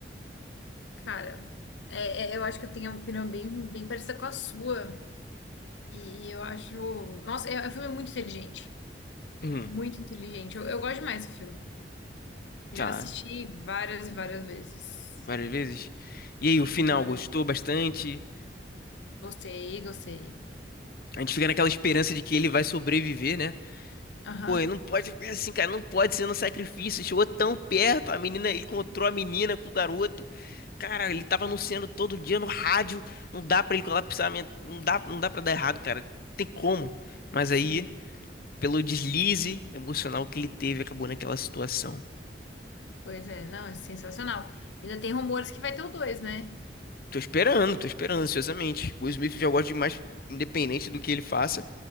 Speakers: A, on the left; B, on the left.
A: Cara, é, é, eu acho que eu tenho uma opinião bem, bem parecida com a sua. E eu acho. Nossa, é, é um filme muito inteligente.
B: Hum,
A: Muito inteligente. Eu, eu gosto demais desse filme.
B: tá.
A: Já assisti várias e várias vezes.
B: Várias vezes. E aí, o final,
A: Várias.
B: gostou bastante?
A: Gostei, gostei.
B: A gente fica naquela esperança de que ele vai sobreviver, né?
A: Aham,
B: Pô, ele não pode ficar assim, cara, não pode ser no sacrifício. Chegou tão perto, a menina, ele encontrou a menina com o garoto. Cara, ele tava anunciando todo dia no rádio. Não dá pra ele colapsar, men- não dá, não dá para dar errado, cara. Tem como. Mas
A: sim.
B: aí, pelo deslize emocional que ele teve, acabou naquela situação.
A: Pois é, não, é sensacional. Ainda tem rumores que vai ter o dois, né?
B: Tô esperando, tô esperando ansiosamente. O Will Smith eu já gosto demais, independente do que ele faça.